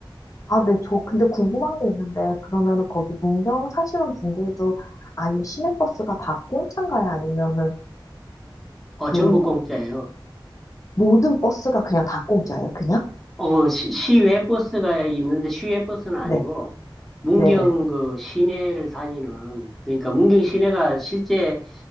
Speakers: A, on the left; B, in the centre.
A: 아, 네, 저 근데 궁금한 게 있는데, 그러면은 거기 문경 사시는 분들도 아예 시내버스가 다 공짜인가요? 아니면은
B: 어
A: 그
B: 전부 공짜예요.
A: 모든 버스가 그냥 다 공짜예요? 그냥?
B: 어 시, 시외 버스가 있는데 시외 버스는 아니고
A: 네,
B: 문경
A: 네네.
B: 그 시내를 다니는 그러니까 문경 시내가 실제